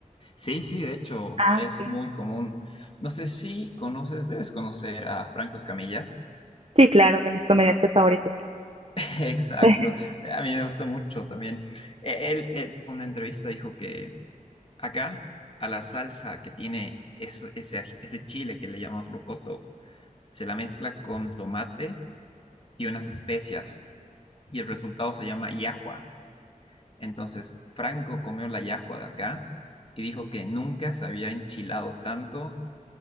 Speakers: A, on the left; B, on the right.
A: Sí, sí, de hecho,
B: Ah,
A: es
B: ok.
A: muy común. No sé si conoces, debes conocer a Franco Escamilla.
B: Sí, claro, de mis comediantes favoritos.
A: <laughs> Exacto.
B: <laughs>
A: A mí me gusta mucho también. Eh, Él, él, una entrevista dijo que acá, a la salsa que tiene eso- ese, aj- ese chile que le llamamos locoto, se la mezcla con tomate y unas especias. y el resultado se llama yahua. Entonces, Franco comió la yahua de acá y dijo que nunca se había enchilado tanto